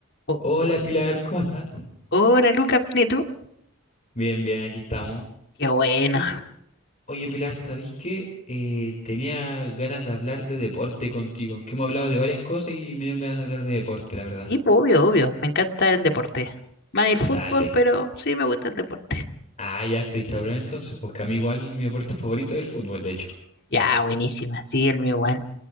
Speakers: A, on the left; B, on the left.
A: Oh,
B: Hola Pilar, ¿cómo estás?
A: hola Lucas, ¿bien y tú?
B: Bien, bien, aquí estamos.
A: Qué bueno.
B: Oy- Oye, Pilar, ¿sabís qué? Eh, tenía ganas de hablar de deporte contigo, que hemos hablado de varias cosas y me dio ganas de hablar de deporte, la verdad.
A: Sí, pues, obvio, obvio. Me encanta el deporte. Más el fútbol,
B: Dale.
A: pero sí me gusta el deporte.
B: Ah, ya, espectacular entonces, pues que a mí igual mi deporte favorito es el fútbol, de hecho.
A: Ya, buenísima. Sí, el mío, Juan.